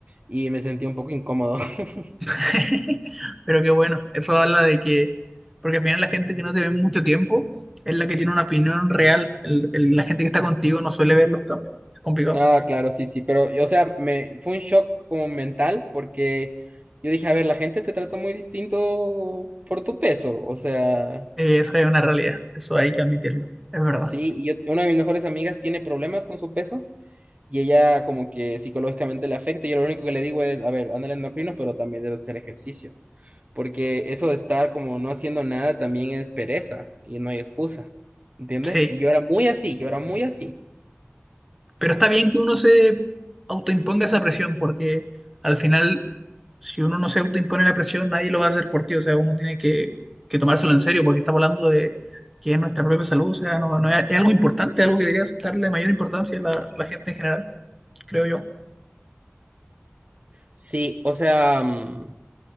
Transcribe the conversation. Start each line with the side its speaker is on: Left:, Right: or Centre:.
Right: y me sentí un poco incómodo. <laughs>
Centre: <laughs> Pero qué bueno, eso habla de que... Porque al final la gente que no te ve mucho tiempo es la que tiene una opinión real. El- el- la gente que está contigo no suele ver los cambios. Es complicado.
Right: Ah, claro, sí, sí, pero, y, o sea, me, fue un shock como mental porque yo dije, a ver, la gente te trata muy distinto por tu peso, o sea,
Centre: Eh, esa es una realidad, eso hay que admitirlo. Es verdad.
Right: sí, y yo- una de mis mejores amigas tiene problemas con su peso y ella como que psicológicamente le afecta y yo lo único que le digo es, a ver, anda al endocrino, pero también debes hacer ejercicio. Porque eso de estar como no haciendo nada también es pereza y no hay excusa, ¿entiendes?
Centre: Sí,
Right: Y yo era
Centre: sí.
Right: muy así, yo era muy así.
Centre: Pero está bien que uno se autoimponga esa presión, porque al final Si uno no se autoimpone la presión, nadie lo va a hacer por ti. O sea, uno tiene que, que tomárselo en serio porque estamos hablando de que es nuestra propia salud. O sea, no, no es, es algo importante, algo que debería darle mayor importancia a la, la gente en general, creo yo.
Right: Sí, o sea, mm,